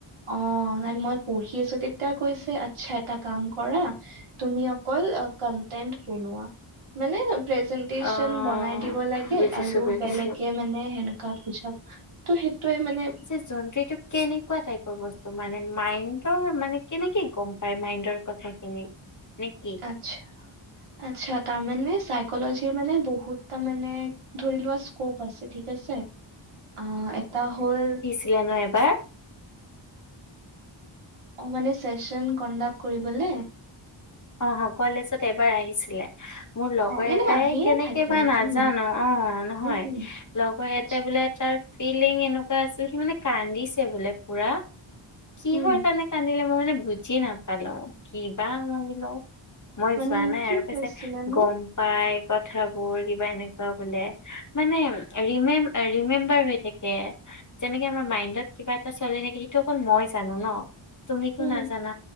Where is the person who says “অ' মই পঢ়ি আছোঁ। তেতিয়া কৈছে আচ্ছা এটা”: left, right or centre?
Right